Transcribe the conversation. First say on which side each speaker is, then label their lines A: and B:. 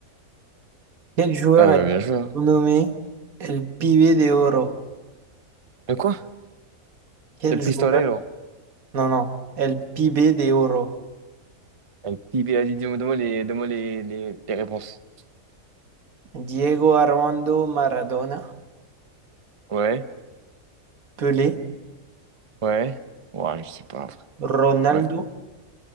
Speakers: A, on the right; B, on the right.
A: Quel joueur
B: Ah bah,
A: a été
B: bien joué. hein.
A: nommé El Pibe de Oro?
B: De quoi?
A: Quel
B: Le pistolet,
A: joueur? No, no, el pibe de oro.
B: Un petit bé- Vas-y, dis-moi donne-moi les, donne-moi les, les, les réponses.
A: Diego Armando Maradona,
B: Ouais,
A: Pelé,
B: ouais. Ouais, je sais pas.
A: Ronaldo
B: Ouais,